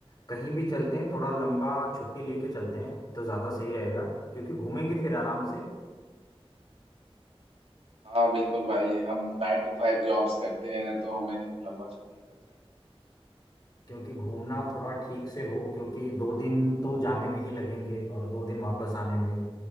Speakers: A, on the left; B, on the right.
A: कहीं भी चलते हैं थोड़ा लंबा छुट्टी लेके चलते हैं तो ज़्यादा सही रहेगा क्योंकि घूमेंगे फिर आराम से
B: हाँ बिल्कुल भाई हम नाइन टू फाइव जॉब्स करते हैं तो हमें लंबा छुट्टी तो चाहिए
A: क्योंकि घूमना थोड़ा ठीक से हो क्योंकि दो दिन तो जाने में ही लगेंगे और दो दिन वापस आने में